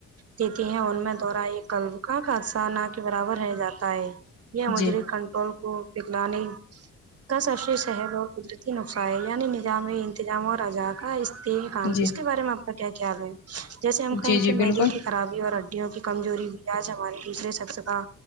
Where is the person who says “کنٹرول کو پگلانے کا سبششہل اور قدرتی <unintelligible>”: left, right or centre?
Right